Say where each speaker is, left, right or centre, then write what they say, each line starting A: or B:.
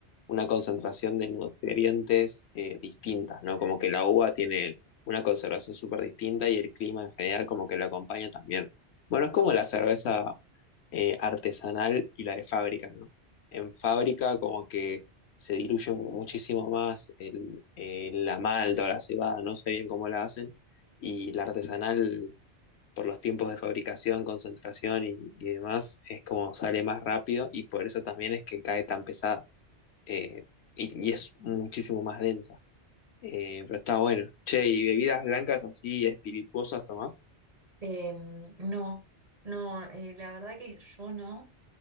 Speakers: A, on the left (about 70°); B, on the right (about 35°).
A: una concentración de nutrientes eh, distintas, ¿no? Como que la uva tiene una conservación súper distinta y el clima en general como que lo acompaña también. Bueno, es como la cerveza eh, artesanal y la de fábrica, ¿no? En fábrica como que se diluye mu- muchísimo más el, eh, la malta o la cebada, no sé bien cómo la hacen, y la artesanal por los tiempos de fabricación, concentración y, y demás, es como sale más rápido y por eso también es que cae tan pesada eh, y, y es muchísimo más densa. Eh, pero está bueno. Che, y bebidas blancas así, espirituosas tomás.
B: Em, no, no, eh, la verdad que yo no.